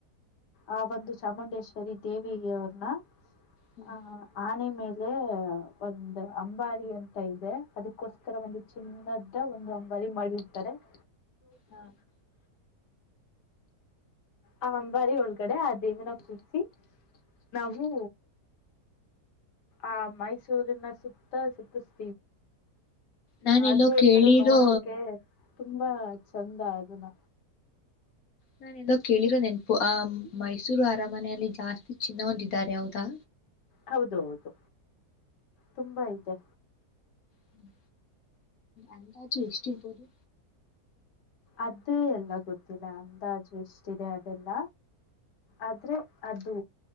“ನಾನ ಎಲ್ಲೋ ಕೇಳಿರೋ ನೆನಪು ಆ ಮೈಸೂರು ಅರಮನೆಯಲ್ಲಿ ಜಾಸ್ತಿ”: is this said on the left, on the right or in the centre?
Left